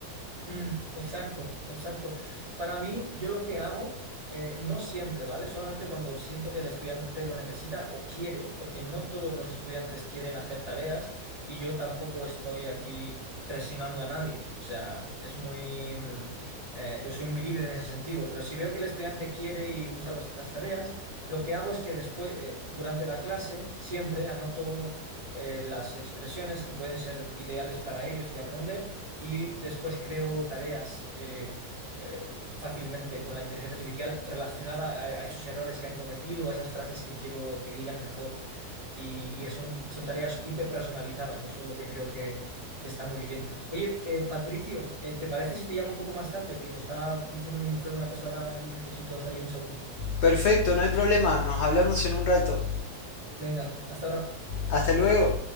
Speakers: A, on the right; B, on the left.
A: Mm, exacto, exacto. Para mí, yo lo que hago, eh, no siempre, ¿vale? Solamente cuando siento que el estudiante lo necesita o quiere, porque no todos los estudiantes quieren hacer tareas y yo tampoco estoy aquí presionando a nadie. O sea, es muy... mm, eh, yo soy muy libre en ese sentido, pero si veo que el estudiante quiere y usa los- las tareas, lo que hago es que después, eh, durante la clase, siempre anoto... eh, las expresiones que pueden ser ideales para ellos de aprender y después creo tareas eh, eh, fácilmente con la inteligencia artificial relacionada a, a, esos errores que han cometido, a esas frases que quiero que digan mejor. Y, y son, son tareas hiperpersonalizadas y eso es lo que creo que, que está muy bien. Oye, eh, Patricio, eh, ¿te parece si te llamo un poco más tarde? Que me está diciendo mi mujer una cosa ahora y necesito salir un segundo.
B: Perfecto, no hay problema, nos hablamos en un rato.
A: Venga, hasta ahora.
B: Hasta luego.